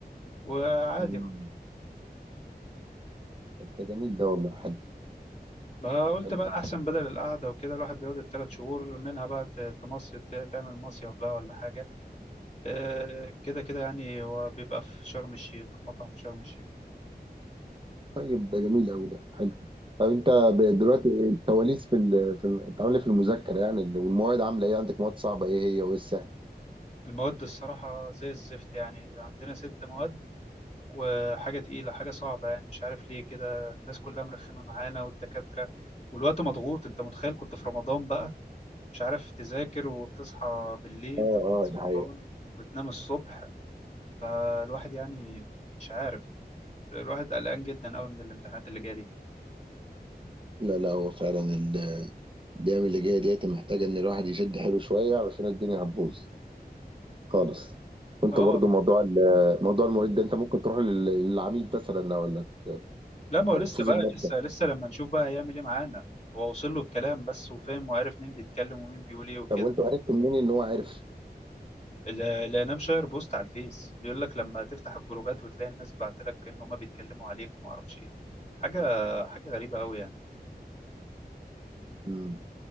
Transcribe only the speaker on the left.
وعادي
بقى
ما قلت
بقى احسن بدل القعده وكده الواحد بيقعد الثلاث شهور منها بقى ت- تمصيف ت- تعمل مصيف بقى ولا حاجه أه كده كده يعني هو بيبقى في شرم الشيخ مطعم في شرم الشيخ
المواد الصراحه زي الزفت يعني عندنا ست مواد وحاجه تقيله حاجه صعبه يعني مش عارف ليه كده الناس كلها مرخمه معانا والدكاتره والوقت مضغوط انت متخيل كنت في رمضان بقى مش عارف تذاكر وبتصحى بالليل
تفضل
سهران
وتنام الصبح فالواحد يعني مش عارف الواحد قلقان جدا قوي من الامتحانات اللي جايه دي
اه
لا ما هو
لسه
بقى
لسه لسه لما نشوف بقى هيعمل ايه معانا هو وصل له الكلام بس وفاهم وعارف مين بيتكلم ومين بيقول ايه وكده
لا لا انا مشاير بوست على الفيس بيقول لك لما تفتح الجروبات وتلاقي الناس بعتلك ان هم بيتكلموا عليك وما اعرفش ايه حاجه حاجه غريبه قوي يعني